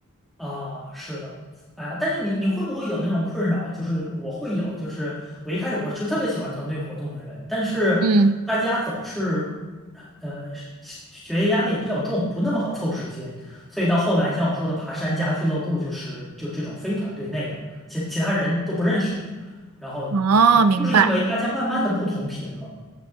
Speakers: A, in the centre; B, on the right.
A: 啊，是的，哎呀，但是你你会不会有那种困扰？就是我会有，就是我一开始我是特别喜欢团队活动的人，但是大家总是，
B: 嗯
A: 呃，学学业压力也比较重，不那么好凑时间，所以到后来像我说的爬山加俱乐部，就是就这种非团队内的，其其他人都不认识，然后嗯就是因为大家慢慢的不同频了，
B: 哦，明白。